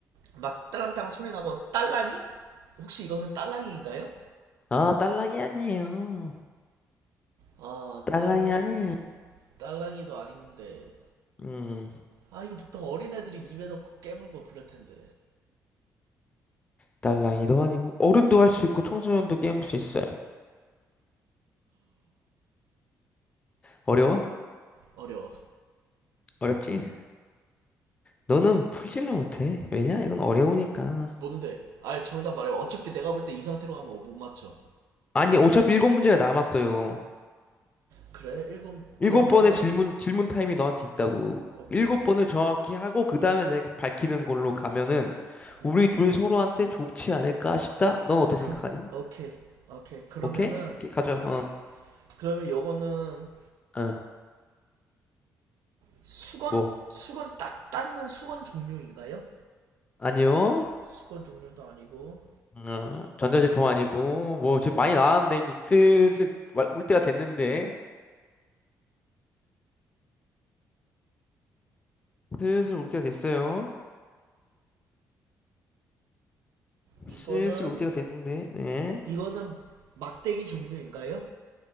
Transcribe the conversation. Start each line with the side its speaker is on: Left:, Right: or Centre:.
Right: 막 딸랑딸랑 소리 나고 딸랑이 혹시 이것은 딸랑이인가요?
Left: 아, 딸랑이 아니에요.
Right: 아
Left: 딸랑이
Right: 딸랑이
Left: 아니에요.
Right: 딸랑이도 아닌데
Left: 음.
Right: 아 이거 보통 어린애들이 입에 넣고 깨물고 그럴 텐데
Left: 딸랑이도 아니고 어른도 할 수 있고 청소년도 게임할 수 있어요. 어려워?
Right: 어려워
Left: 어렵지? 너는 풀지를 못해. 왜냐? 이건 어려우니까.
Right: 뭔데 아 정답 말해 어차피 내가 볼 때 이 상태로 가면 못 맞춰
Left: 아니, 어차피 일곱 문제가 남았어요.
Right: 그래 일곱
Left: 일곱
Right: 그러면은
Left: 번의 질문, 질문 타임이 너한테 있다고.
Right: 오케이
Left: 일곱 번을 정확히 하고, 그 다음에 내가 밝히는 걸로 가면은,
Right: 음
Left: 우리 둘 서로한테 좋지 않을까 싶다? 넌 어떻게
Right: 그
Left: 생각하니?
Right: 오케이 오케이 그러면은
Left: 오케이? 오케이, 가자.
Right: 어
Left: 어,
Right: 그러면 요거는
Left: 어,
Right: 수건
Left: 뭐.
Right: 수건 딱 닦는 수건 종류인가요?
Left: 아니요.
Right: 수건 종류도 아니고
Left: 어, 전자제품 아니고, 뭐, 지금 많이 나왔는데, 이제 슬슬 와- 올 때가 됐는데. 슬슬 올 때가 됐어요.
Right: 이거는
Left: 슬슬 올 때가 됐는데, 네.
Right: 이거는 막대기 종류인가요?